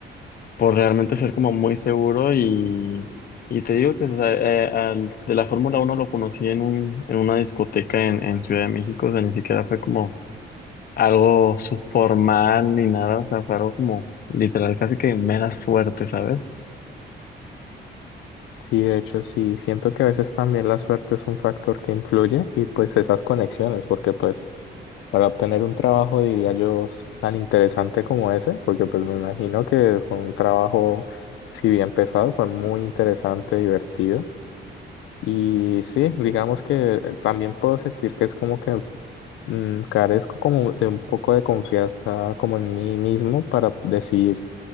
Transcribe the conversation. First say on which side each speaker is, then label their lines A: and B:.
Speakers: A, on the left; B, on the left.
A: por realmente ser como muy seguro y, y te digo que o sea, eh, al- de la Fórmula uno lo conocí en, un, en una discoteca en, en Ciudad de México, o sea, ni siquiera fue como algo subformal ni nada, o sea, fue algo como literal, casi que mera suerte, ¿sabes?
B: Sí, de hecho, sí, siento que a veces también la suerte es un factor que influye y pues esas conexiones, porque pues para obtener un trabajo, diría yo, s- tan interesante como ese, porque pues me imagino que fue un trabajo, si bien pesado, fue muy interesante, divertido. Y sí, digamos que eh, también puedo sentir que es como que mm, carezco como de un poco de confianza como en mí mismo para decidir